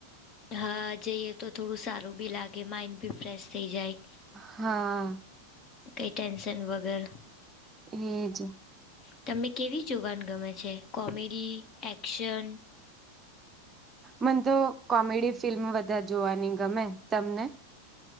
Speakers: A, on the left (about 30°); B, on the right (about 20°).
A: હા, જઈએ તો થોડું સારું બી લાગે. માઇન્ડ બી ફ્રેશ થઈ જાય.
B: હા.
A: કઈ ટેન્શન વગર.
B: એ જ.
A: તમે કેવી જોવાન ગમે છે? કોમેડી? એક્શન?
B: મન તો કોમેડી ફિલ્મ વધાર જોવાની ગમે. તમને?